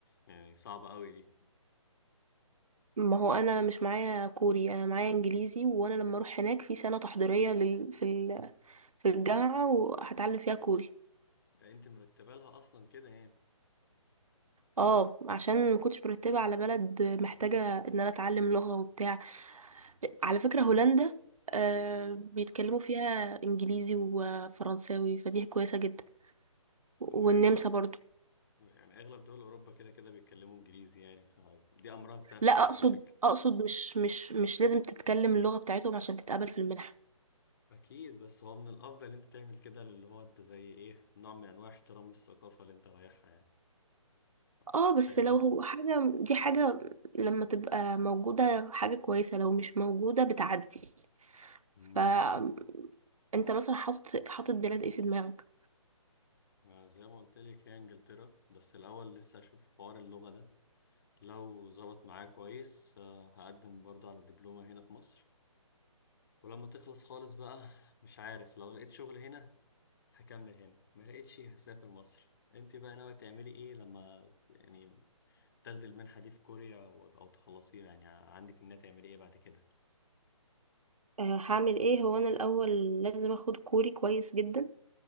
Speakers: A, on the left (about 40°); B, on the right (about 80°).
A: يعني صعبة أوي دي
B: ما هو انا مش معايا كوري انا معايا انجليزي وانا لما اروح هناك في سنة تحضيرية لل... في ال... في الجامعة وهتعلم فيها كوري
A: ده أنت مرتبة لها أصلا كده يعني
B: اه عشان ما كنتش مرتبه على بلد محتاجه ان انا اتعلم لغه وبتاع على فكره هولندا آه
A: مم.
B: بيتكلموا فيها انجليزي وفرنساوي فدي كويسه جدا والنمسا
A: هي دول
B: برضو
A: يعني أغلب دول أوروبا كده كده بيتكلموا إنجليزي يعني فدي أمرها سهل
B: لا
A: بس
B: اقصد
A: عشان كده
B: اقصد مش مش مش لازم تتكلم اللغه بتاعتهم عشان تتقبل في المنحه
A: أكيد بس هو من الأفضل أنت تعمل كده اللي هو أنت زي إيه نوع من أنواع احترام الثقافة اللي أنت رايحها يعني آه،
B: اه بس
A: حاجة
B: لو
A: زي
B: هو حاجه دي حاجه لما تبقى موجوده حاجه كويسه لو مش موجوده بتعدي
A: مم.
B: فانت مثلا حاطط حاطط بلاد ايه في دماغك
A: ما زي ما قلت لك هي انجلترا بس الاول لسه اشوف حوار اللغه ده لو ظبط معايا كويس آه، هقدم برضه على الدبلومه هنا في مصر ولما تخلص خالص بقى مش عارف لو لقيت شغل هنا هكمل هنا ما لقيتش هسافر مصر انت بقى ناوي تعملي ايه لما ت- يعني تاخدي المنحه دي في كوريا او أو تخلصيها يعني عندك انها تعملي ايه بعد كده
B: آه، هعمل ايه هو انا الاول لازم اخد كوري كويس جدا